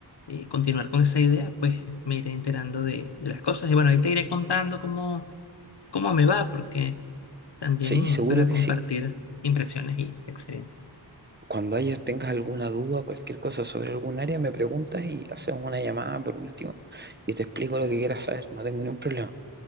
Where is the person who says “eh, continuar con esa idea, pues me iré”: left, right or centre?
Left